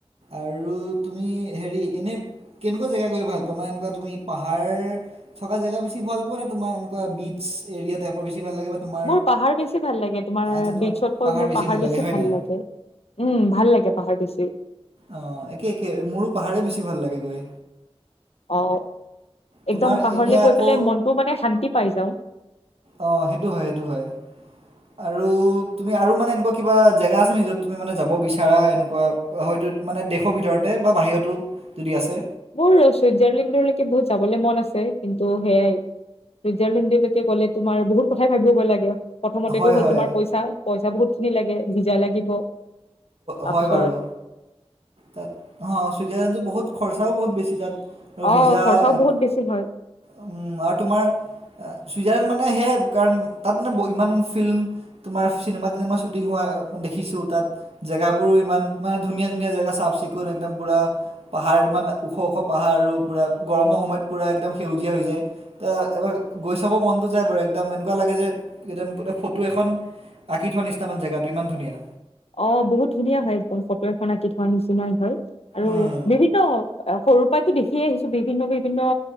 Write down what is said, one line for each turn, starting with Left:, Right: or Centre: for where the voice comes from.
Right: আৰু তুমি হেৰি এনেই কেনেকুৱা জেগা গৈ ভাল পাওঁ মানে এনেকুৱা তুমি পাহাৰ থকা জেগা বেছি ভাল পোৱা নে তোমাৰ এনেকুৱা বিচ এৰিয়া টাইপৰ বেছি ভাল লাগে তোমাৰ
Left: মোৰ পাহাৰ বেছি ভাল লাগে তোমাৰ
Right: আচ্ছা ত
Left: বিচতকৈ মোৰ পাহাৰ বেছি
Right: লাগে হয়
Left: ভাল
Right: নাই?
Left: লাগে উম ভাল লাগে পাহাৰ বেছি।
Right: অঁ একে একে মোৰো পাহাৰে বেছি ভাল লাগেগৈ
Left: অ
Right: তোমাৰ
Left: একদম পাহৰলে
Right: এনে আকৌ
Left: গৈ পেলাই মনটো মানে শান্তি পাই যাওঁ।
Right: অ সেইটো হয় সেইটো হয় আৰু তুমি আৰু মানে এনেকুৱা কিবা জেগা আছে নি য'ত তুমি মানে যাব বিচাৰা এনেকুৱা হয়তো মানে দেশৰ ভিতৰতে বা বাহিৰতো যদি আছে
Left: মোৰ চুইজাৰলেণ্ডৰলৈকে বহুত যাবলৈ মন আছে কিন্তু সেইয়াই ৰিজাল্টিলৈকে গ'লে তোমাৰ বহুত কথা ভাবিবই লাগে প্ৰথমতেতটো
Right: হয়,
Left: হ'ল
Right: হয়।
Left: তোমাৰ পইচা পইচা বহুত খিনি লাগে ভিজা লাগিব। তাৰপিছত
Right: হয় বাৰু তাত হঁ ছুইজাৰলেণ্ডত বহুত খৰচাও বহুত বেছি তাত আৰু
Left: অ
Right: ভিজা
Left: খৰচাও
Right: এপ
Left: বহুত বেছি হয়
Right: আৰু তোমাৰ ছুইজাৰলেণ্ড মানে সেয়াই কাৰণ তাত মানে ইমান ফিল্ম তোমাৰ চিনেমা তিনেমা শ্বুটিং হোৱা দেখিছো তাত জেগাবোৰো ইমান মানে ধুনীয়া ধুনীয়া জেগা চাফ চিকুণ একদম পুৰা পাহাৰ ইমান ওখ ওখ পাহাৰ আৰু পূৰা গৰমৰ সময়ত পূৰা একদম সেউজীয়া হৈ যায় এ এবাৰ গৈ চাব মনটো যায় বাৰু একদম এনেকুৱা লাগে যে একদম এ ফটো এখন আঁকি থোৱা নিচনা জেগাটো ইমান ধুনীয়া
Left: অ বহুত ধুনীয়া হয় একদম ফটো এখন আঁকি থোৱা নিচিনাই হয় আৰু
Right: উম
Left: বিভিন্ন সৰু উপাই দেখিয়ে আহিছো বিভিন্ন বিভিন্ন